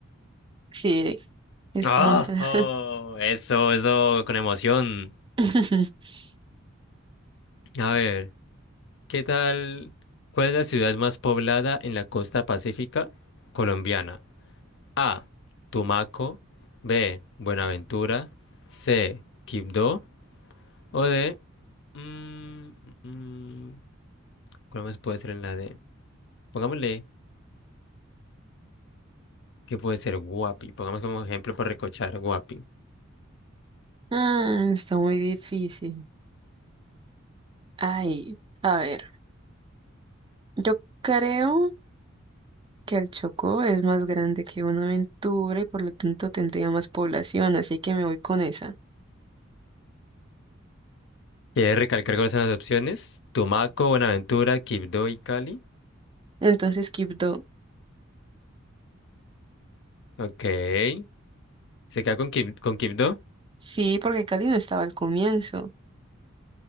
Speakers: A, on the right; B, on the left.
A: Sí, es
B: ¡Ah!
A: Tunja.
B: ¡Oh! eso, eso, con emoción.
A: <laughs>
B: A ver, ¿qué tal? ¿Cuál es la ciudad más poblada en la costa pacífica colombiana? A. Tumaco. B. Buenaventura. C. Quibdó. O D. Mm, mm, mm, ¿cuál más puede ser en la D? Pongámosle que puede ser Guapi. Pongamos como ejemplo para recochar Guapi.
A: Mm, está muy difícil. Ay, a ver, yo creo. que el Chocó es más grande que Buenaventura y por lo tanto tendría más población, así que me voy con esa.
B: ¿Quieres recalcar cuáles son las opciones? Tumaco, Buenaventura, Quibdó y Cali.
A: Entonces, Quibdó.
B: Ok. ¿Se queda con, Quib- con Quibdó?
A: Sí, porque Cali no estaba al comienzo.